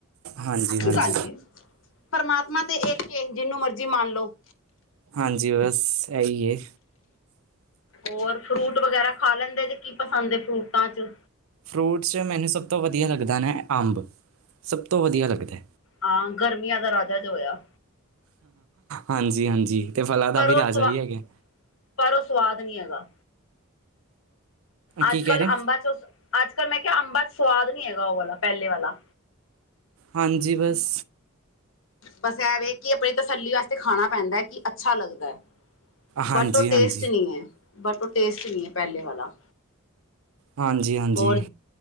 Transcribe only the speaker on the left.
ਤੁਹਾਡੀ
<unintelligible> ਪਰਮਾਤਮਾ ਤੇ ਇੱਕ ਏ ਜਿਨੂੰ ਮਰਜ਼ੀ ਮੰਨ ਲੋ।
ਹੋਰ ਫਰੂਟ ਵਗੈਰਾ ਖਾ ਲੈਂਦੇ ਜੇ ਕੀ ਪਸੰਦ ਫਰੂਟਾਂ ਚ?
ਹਾਂ ਗਰਮੀਆਂ ਦਾ ਰਾਜਾ ਜੋ ਹੋਇਆ।
ਪਰ
ਉਹ
ਸਵਾ
ਪਰ ਓ ਸੁਆਦ ਨੀ ਹੈਗਾ। ਅੱਜ
ਕੱਲ੍ਹ
ਅੰਬ ਚ ਅੱਜ ਕੱਲ ਮੈਂ ਕਿਹਾ ਅੰਬਾ ਚ ਸਵਾਦ ਨੀ ਹੈਗਾ ਉਹ ਵਾਲਾ ਪਹਿਲੇ ਵਾਲਾ।
ਬਸ ਇਹ ਵੇ ਕਿ ਆਪਣੀ ਤਸੱਲੀ ਵਾਸਤੇ ਖਾਣਾ ਪੈਂਦਾ ਕਿ ਅੱਛਾ ਲੱਗਦਾ ਏ।
ਬਟ ਉਹ ਟੇਸਟ
ਨਹੀਂ ਏ ਬਟ ਉਹ ਟੇਸਟ ਨਹੀਂ ਏ ਪਹਿਲੇ ਵਾਲਾ।
ਹੋਰ